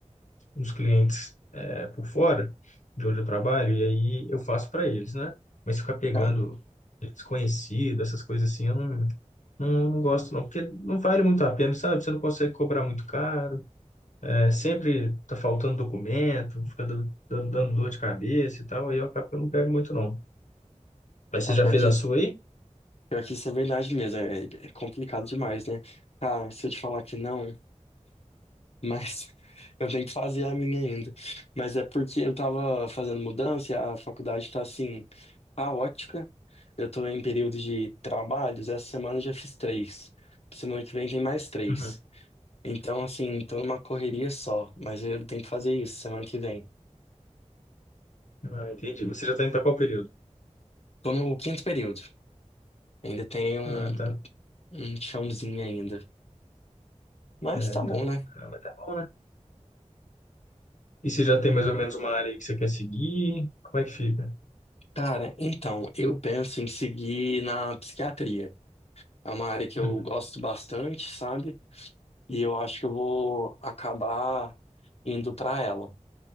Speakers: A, on the left; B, on the left.
A: os clientes é, por fora de onde eu trabalho, e aí eu faço para eles, né? Mas ficar pegando
B: Cara,
A: desconhecido, essas coisas assim, eu não, não, não gosto não, porque não vale muito a pena, sabe? Você não consegue cobrar muito caro, é, sempre tá faltando documento, fica dando, dando- dando dor de cabeça e tal, aí eu acabo que eu não pego muito não. Mas você
B: é
A: já
B: pior
A: fez
B: que,
A: a sua aí?
B: pior que isso é verdade mesmo. É, é complicado demais, né? Cara, se eu te falar que não. Mas <laughs> eu tenho que fazer a minha ainda. Mas é porque eu tava fazendo mudança e a faculdade tá assim, caótica. Eu tô em período de trabalhos, essa semana eu já fiz três. Semana que vem tem mais três.
A: Uhum.
B: Então, assim, tô numa correria só, mas eu tenho que fazer isso semana que vem.
A: Ah, entendi. Você já está indo para qual período?
B: Tô no quinto período. Ainda tem um,
A: Ah, tá.
B: um chãozinho ainda. Mas
A: É,
B: tá
A: tá.
B: bom, né?
A: Ah, mas tá bom, né? E você já tem mais ou menos uma área aí que você quer seguir? Como é que fica?
B: Cara, então, eu penso em seguir na psiquiatria. É uma área que
A: Uhum.
B: eu gosto bastante, sabe? E eu acho que eu vou acabar indo pra ela.